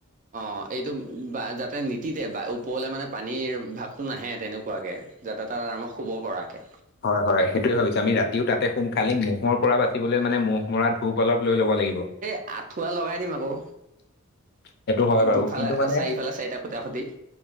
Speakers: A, on the right; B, on the left.
A: অঁ, এইটো ব--বা যাতে নিতিতে বা ওপৰলে মানে পানীৰ ভাৱটো নাহে তেনেকুৱাকে। যাতে তাত আৰামত শুব পৰাকে।
B: হয়, হয় সেইটোৱে ভাৱিছোঁ। আমি ৰাতিও তাতে শুম খালি ম'হৰ পৰা বাচিবলৈ মানে ম'হ মৰা ধূপ অলপ লৈ ল'ব লাগিব।
A: এই আঁঠুৱা লগাই দিম আক'।
B: সেইটো হয় বাৰু
A: দুফালে
B: কিন্তু মানে
A: চাৰিফালে চাৰিটা খুটা পুতি।